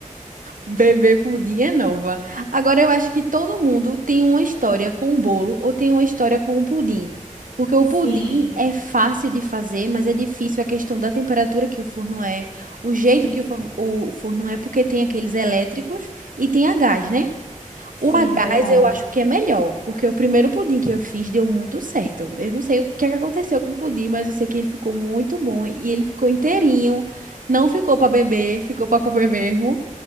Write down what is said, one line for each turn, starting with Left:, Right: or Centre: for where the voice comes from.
Right: Bebê pudim é nova. Agora eu acho que todo mundo tem uma história com o bolo ou tem uma história com o pudim. Porque o
Left: Sim,
Right: pudim é fácil de fazer, mas é difícil a questão da temperatura que o forno é, o jeito
Left: sim,
Right: que o forno, o forno é, porque tem aqueles elétricos e tem a gás, né?
Left: sim,
Right: O a gás
Left: verdade.
Right: eu acho que é melhor, porque o primeiro pudim que eu fiz deu muito certo. Eu não sei o que é que aconteceu com o pudim, mas eu sei que ele ficou muito bom e ele ficou inteirinho, não ficou para beber, ficou para comer mesmo.